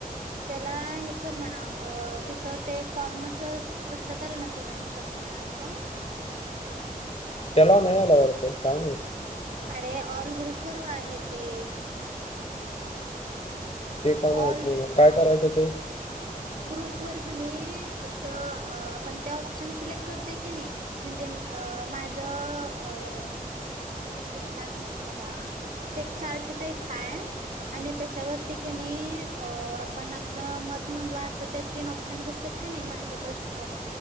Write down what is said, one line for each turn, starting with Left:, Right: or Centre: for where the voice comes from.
Right: त्याला हे कर म्हणाव अ तिथं ते फॉर्मच च लक्षात आलन तुज्या मी कसं म्हणालतो?
Left: त्याला नाही आला वाटतं, काय माहीत?
Right: अरे ऑल ग्रुप वर आहे ते.
Left: ते का माहीत
Right: ऑल
Left: नाही म काय करायचं ते?
Right: ग्रुपवर कणी असं आपण त्या ऑप्शन सिलेक्ट करतोय कनी? म्हणजे अ माझं अ असं काय म्हणत्यात तेला, अस एक चार्ट टाईप हाय. आणि त्याच्यावरती कणी अ आपण आपलं मत नोंदवा असं ते तीन ऑप्शन्स असत्यात. कणी मल्टिपल्स,